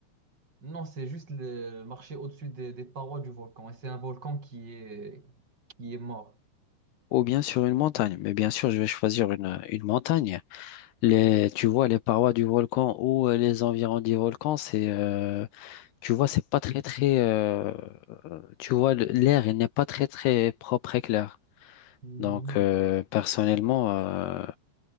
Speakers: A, on the right; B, on the left.
A: Non, c'est juste le, marcher au-dessus des, des parois du volcan. Et c'est un volcan qui est, qui est mort.
B: Ou bien sur une montagne. Mais bien sûr, je vais choisir une, une montagne. Les, tu vois, les parois du volcan ou euh, les environs du volcan, c'est, euh, tu vois, c'est pas très très, euh, tu vois, le- l'air, il n'est pas très très propre et clair.
A: Mhm.
B: Donc, euh, personnellement, euh,